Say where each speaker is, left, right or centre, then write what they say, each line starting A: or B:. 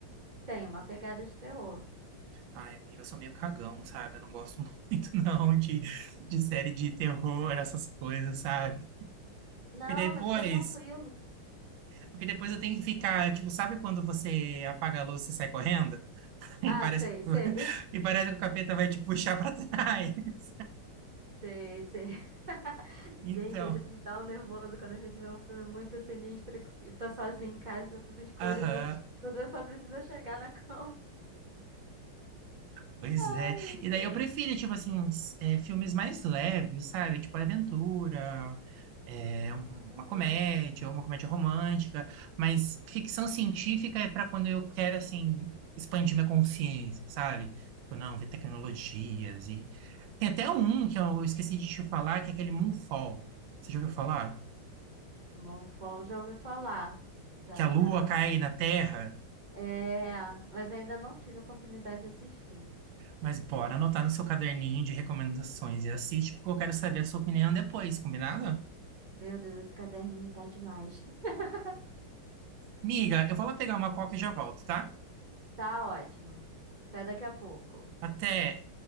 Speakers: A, on the right; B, on the right.
A: Tem uma pegada de terror.
B: Ai, amiga, eu sou meio cagão, sabe? Eu não gosto <laughs> muito, não, de, de série de terror, essas coisas, sabe?
A: Não,
B: Porque depois,
A: mas fica tranquilo.
B: porque depois eu tenho que ficar, tipo, sabe quando você apaga a luz e sai correndo? <laughs> E
A: Ah,
B: parece
A: sei,
B: que,
A: sei,
B: <laughs> e parece que o capeta vai te puxar pra trás. <laughs>
A: <laughs> sei, sei. <laughs>
B: Então,
A: Gente, às vezes dá um nervoso quando a gente vê um filme muito sinistro e tá sozinho em casa, tá tudo escuro
B: aham,
A: e vo- você só precisa chegar na cama. <laughs>
B: pois
A: Ai,
B: é.
A: meu
B: E daí
A: Deus.
B: eu prefiro, tipo assim, s- é, filmes mais leves, sabe? Tipo aventura, é, um- uma comédia,
A: Hum,
B: uma comédia romântica. Mas ficção científica é pra quando eu quero, assim, expandir minha consciência, sabe? Tipo, não, ver tecnologias e... Tem até um que eu esqueci de te falar, que é aquele Moonfall. Você já ouviu falar?
A: Monfort já ouvi falar. Já,
B: Que a
A: já.
B: lua cai na Terra.
A: É, mas ainda não tive a oportunidade de assistir.
B: Mas bora anotar no seu caderninho de recomendações e assiste, porque eu quero saber a sua opinião depois, combinado?
A: Meu Deus, esse caderninho tá demais. <laughs>
B: Miga, eu vou lá pegar uma coca e já volto, tá?
A: Tá ótimo. Até daqui a pouco.
B: Até!